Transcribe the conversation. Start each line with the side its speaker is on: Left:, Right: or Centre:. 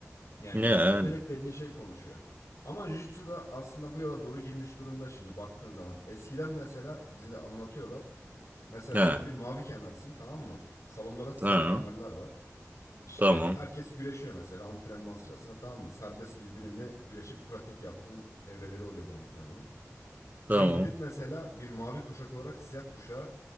Left: Yani
Right: Yani.
Left: yetenek dediğin şey konuşuyor. Ama Jiu-Jitsu da aslında bu yola doğru girmiş durumda şimdi baktığın zaman. Eskiden mesela bize de anlatıyorlar. Mesela
Right: Ya.
Left: sen bir mavi kemersin tamam mı? Salonda da siyah
Right: Tamam.
Left: kemerler var. İşte
Right: Tamam.
Left: herkes güreşiyor mesela antrenman sırasında tamam mı? Serbest birbirinle güreşip pratik yaptığın evreleri oluyor bu antrenmanın. Sen
Right: Tamam.
Left: gidip mesela bir mavi kuşak olarak siyah kuşağa